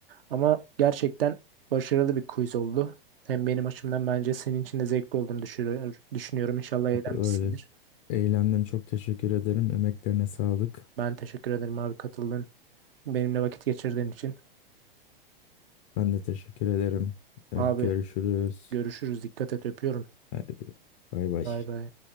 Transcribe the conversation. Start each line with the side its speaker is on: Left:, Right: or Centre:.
Right: Ama gerçekten başarılı bir quiz oldu. Hem benim açımdan bence senin için de zevkli olduğunu düşünüyor- düşünüyorum. İnşallah eğlenmişsindir.
Left: Öyle. Eğlendim. Çok teşekkür ederim. Emeklerine sağlık.
Right: Ben teşekkür ederim abi katıldın benimle vakit geçirdiğin için.
Left: Ben de teşekkür ederim. Hadi
Right: Abi
Left: görüşürüz.
Right: görüşürüz. Dikkat et, öpüyorum.
Left: Hadi. Bay bay.
Right: Bay bay.